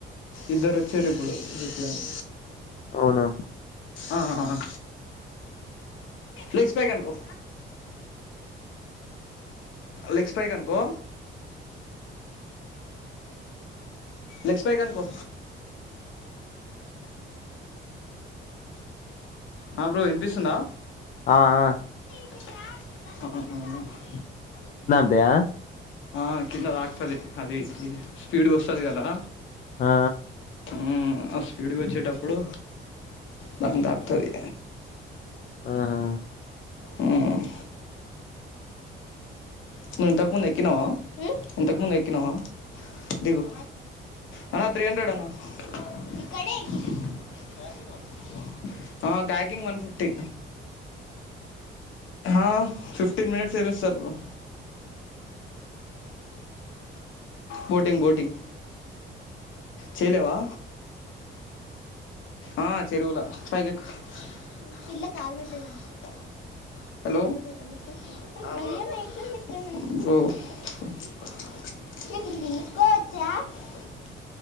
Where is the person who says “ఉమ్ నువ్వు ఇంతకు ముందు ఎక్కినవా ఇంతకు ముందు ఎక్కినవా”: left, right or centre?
Left